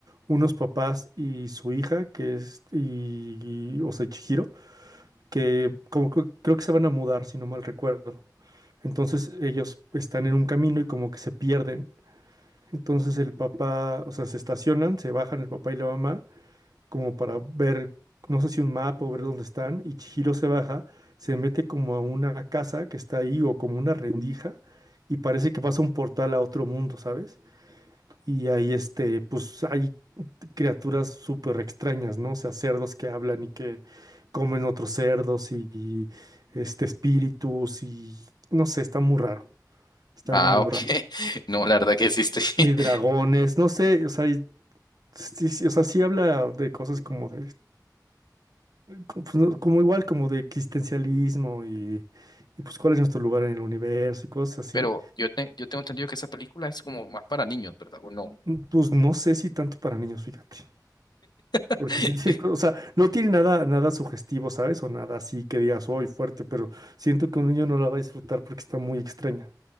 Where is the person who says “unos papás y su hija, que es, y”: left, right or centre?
Right